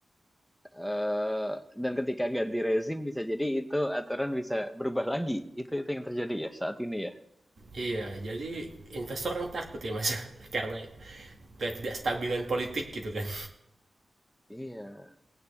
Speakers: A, in the centre; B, on the right.
A: Eee, dan ketika ganti rezim bisa jadi itu aturan bisa berubah lagi. Itu itu yang terjadi ya saat ini ya?
B: Iya, jadi investor kan takut ya mas, <laughs> karena gak tidak stabilan politik gitu kan.
A: Iya.